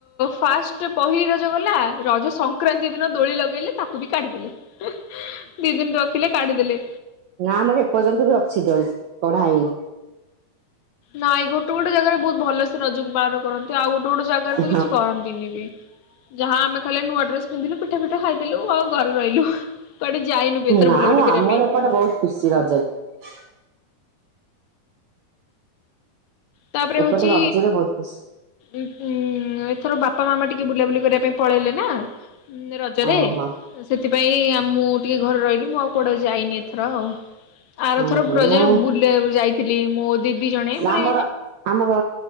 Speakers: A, on the left (about 70°); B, on the right (about 75°).
A: ଫାଷ୍ଟ ପହିଲି ରଜ ଗଲା ରଜ ସଂକ୍ରାନ୍ତି ଯେଉଁ ଦିନ ଦୋଳି ଲଗେଇଲେ ତାକୁ ବି କାଢିଦେଲେ ଦିଦିନ ରଖିଲେ ତାକୁବି କାଢିଦେଲେ।
B: ନା ଆମର ଏପର୍ଯ୍ୟନ୍ତ ବି ଅଛି ଦୋଳି କଢା ହେଇନି।
A: ନାଇଁ ଗୋଟେ ଗୋଟେ ଜାଗାରେ ବହୁତ ଭଲସ ରଜକୁ ପାଳନ କରନ୍ତି ଆଉ ଗୋଟେ ଗୋଟେ ଗୋଟେ ଜାଗାରେ
B: ହଁ।
A: ତ କିଛି କରନ୍ତିନି ବି ଯାହା ଆମେ ଖାଲି ନୂଆ ଆଡ୍ରେ ପିନ୍ଧିଲୁ ପିଠା ପିଠା ଖାଇଦେଲୁ ଆଉ ଘରେ ରହିଲୁ। କୁଆଡେ ଯାଇନୁ ବି ଏଥର
B: ନାଇଁ
A: ବୁଲାବୁଲି କରିବା
B: ଆମର
A: ପାଇଁ।
B: ଏପଟେ ବହୁତ ଖୁସି ରଜରେ।
A: ତାପରେ
B: ଏପଟେ
A: ହଉଛି
B: ରଜରେ ବହୁତ ଖୁସି।
A: ଉଁ ପୁମ ଏଥର ବାପା ମାମା ଟିକେ ବୁଲାବୁଲି କରିବା ପାଇଁ ପଳେଇଲେ ନା ରଜରେ
B: ଓହୋ
A: ସେ ସେଥିପାଇଁ ମୁଁ ଟିକେ ଘରେ ରହିଲି ମୁଁ ଆଉ କୁଆଡେ ଯାଇନି ଏଥର ଆଉ। ଆର ଥର
B: ଓହୋ
A: ବଜରେ
B: ନାଇଁ
A: ବୁଲିକୁ ଯାଇଥିଲି ମୋ ଦିଦି ଜଣେ ମାନେ
B: ଆମର ଆମର